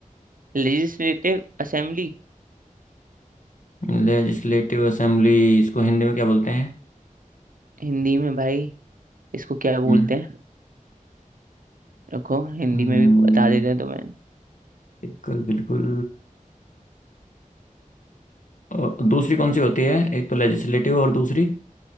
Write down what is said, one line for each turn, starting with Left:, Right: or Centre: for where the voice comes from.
Right: Legislative assembly
Left: लेजिस्लेटिव असेंबली इसको हिंदी में क्या बोलते हैं
Right: हिंदी में भाई इसको क्या बोलते
Left: हम्म
Right: हैं रखो हिंदी
Left: हम्म,
Right: में भी बता देते हैं तुम्हें
Left: बिल्कुल बिल्कुल और दूसरी कौन सी होती है एक तो लेजिस्लेटिव और दूसरी